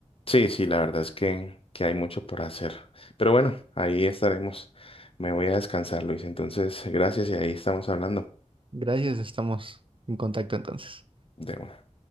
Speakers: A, on the left (about 50°); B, on the right (about 45°).
A: Sí, sí, la verdad es que, que hay mucho por hacer. Pero bueno, ahí estaremos. Me voy a descansar, Luis. Entonces, gracias y ahí estamos hablando
B: Gracias, estamos en contacto entonces.
A: de una.